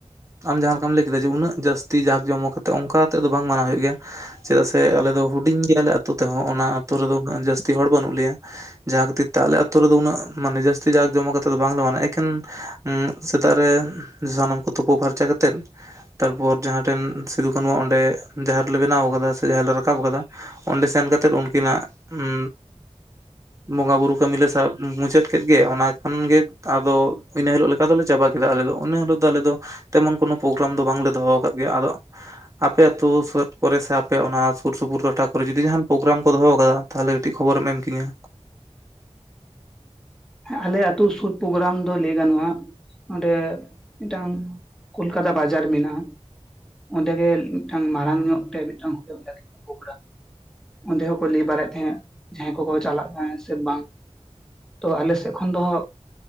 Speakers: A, on the right; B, in the centre.
A: ᱟᱢ ᱡᱟᱦᱟᱸ ᱞᱮᱠᱟᱢ ᱞᱟᱹᱭ ᱠᱮᱫᱟ ᱡᱮ ᱩᱱᱟᱹᱜ ᱡᱟᱹᱥᱛᱤ ᱡᱟᱠ ᱡᱚᱢᱚᱠ ᱠᱟᱛᱮᱜ ᱚᱝᱠᱟ ᱟᱛᱮᱜ ᱫᱚ ᱵᱟᱝ ᱢᱟᱱᱟᱣ ᱦᱩᱭᱩᱜ ᱜᱮᱭᱟ᱾ ᱪᱮ ᱟᱥᱮ ᱟᱞᱮ ᱫᱚ ᱦᱩᱰᱤᱧ ᱜᱮᱭᱟᱞᱮ ᱟᱹᱛᱩ ᱛᱮᱦᱚᱸ ᱚᱱᱟ ᱟᱹᱛᱩ ᱨᱮᱫᱚ ᱩᱱᱟᱹᱜ ᱡᱟᱹᱥᱛᱤ ᱦᱚᱲ ᱵᱟᱹᱱᱩᱜ ᱞᱮᱭᱟ᱾ ᱡᱟᱦᱟᱸ ᱠᱷᱟᱹᱛᱤᱨ ᱛᱮ ᱟᱞᱮ ᱟᱛᱳ ᱨᱮᱫᱚ ᱩᱱᱟᱹᱜ ᱢᱟᱱᱮ ᱡᱟᱹᱥᱛᱤ ᱡᱟᱠ ᱡᱚᱢᱚᱠ ᱟᱛᱮᱫ ᱫᱚ ᱵᱟᱝ ᱞᱮ ᱢᱟᱱᱟ ᱮᱠᱷᱮᱱ ᱩᱸ ᱥᱮᱛᱟᱜ ᱨᱮ ᱥᱟᱱᱟᱢ ᱠᱚ ᱛᱩᱯᱩ ᱯᱷᱟᱨᱪᱟ ᱠᱟᱛᱮᱫ᱾ ᱛᱟᱨᱯᱚᱨ ᱡᱟᱦᱟᱸ ᱴᱷᱮᱱ ᱥᱤᱫᱷᱩ ᱠᱟᱱᱩ ᱟᱜ ᱚᱸᱰᱮ ᱡᱟᱦᱮᱨ ᱞᱮ ᱵᱮᱱᱟᱣ ᱠᱟᱫᱟ ᱥᱮ ᱡᱟᱦᱟ ᱫᱚ ᱨᱟᱠᱟᱵ ᱠᱟᱫᱟ᱾ ᱚᱸᱰᱮ ᱥᱮᱱ ᱠᱟᱛᱮᱫ ᱩᱱᱠᱤᱱᱟᱜ ᱩᱸ ᱵᱚᱸᱜᱟ ᱵᱩᱨᱩ ᱠᱟᱹᱢᱤᱞᱮ ᱥᱟᱵ ᱢᱩ-ᱢᱩᱪᱟᱹᱫ ᱠᱮᱫ ᱜᱮ, ᱚᱱᱟ ᱠᱷᱟᱱ ᱜᱮ ᱟᱫᱚ ᱤᱱᱟᱹ ᱦᱤᱞᱳᱜ ᱞᱮᱠᱟ ᱫᱚᱞᱮ ᱪᱟᱵᱟ ᱠᱮᱫᱟ ᱟᱞᱮ ᱩᱱᱟᱹ ᱦᱤᱞᱳᱜ ᱫᱚ ᱟᱞᱮ ᱫᱚ ᱛᱮᱢᱚᱱ ᱠᱳᱱᱳ ᱯᱳᱜᱨᱟᱢ ᱫᱚ ᱵᱟᱝᱞᱮ ᱫᱚᱦᱚ ᱟᱠᱟᱫ ᱜᱮᱭᱟ ᱟᱫᱚ ᱟᱯᱮ ᱟᱹᱛᱩ ᱥᱩᱣᱮᱫ ᱠᱚᱨᱮ ᱥᱮ ᱟᱯᱮ ᱚᱱᱟ ᱥᱩᱨ ᱥᱩᱯᱩᱨ ᱴᱚᱴᱷᱟ ᱠᱚᱨᱮ ᱡᱩᱫᱤ ᱡᱟᱦᱟᱱ ᱯᱳᱜᱨᱟᱢ ᱠᱚ ᱫᱚᱦᱚ ᱟᱠᱟᱫᱟ ᱛᱟᱦᱚᱞᱮ ᱠᱟᱹᱴᱤᱡ ᱠᱷᱚᱵᱚᱨᱮᱢ ᱮᱢ ᱠᱤᱧᱟ᱾
B: ᱦᱮ ᱟᱞᱮ ᱟᱛᱩ ᱥᱩᱨ ᱯᱳᱜᱨᱟᱢ ᱫᱚ ᱞᱟᱹᱭ ᱜᱟᱱᱚᱜᱼᱟ ᱱᱚᱸᱰᱮ ᱢᱤᱜᱴᱟᱝ ᱠᱳᱞᱠᱟᱛᱟ ᱵᱟᱡᱟᱨ ᱢᱮᱱᱟᱜᱼᱟ᱾ ᱚᱸᱰᱮ ᱜᱮ ᱢᱤᱜᱴᱟᱝ ᱢᱟᱨᱟᱝ ᱧᱚᱜ ᱛᱮ ᱢᱤᱜᱴᱟᱝ <unintelligible> ᱯᱳᱜᱨᱟᱢ᱾ ᱚᱸᱰᱮ ᱦᱚᱸᱠᱚ ᱞᱟᱹᱭ ᱵᱟᱲᱟᱭᱮᱜ ᱛᱟᱦᱮᱸᱜ ᱡᱟᱦᱟᱸᱭ ᱠᱚᱠᱚ ᱪᱟᱞᱟᱜ ᱠᱟᱱ ᱥᱮ ᱵᱟᱝ᱾ ᱛᱚ ᱟᱞᱮ ᱥᱮᱜ ᱠᱷᱚᱱ ᱫᱚᱦᱚ